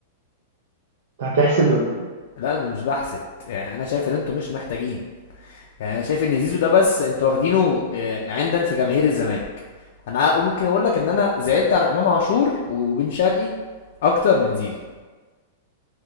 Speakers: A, on the right; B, on the left.
A: انت هتحسد ولا ايه
B: لا انا مش بحسد يعني انا شايف ان انتوا مش محتاجين يعني انا شايف ان زيزو ده بس انتوا واخدينه آه، عندا في جماهير الزمالك انا ممكن اقول لك ان انا زعلت على امام عاشور وبن شرقي اكتر من زيزو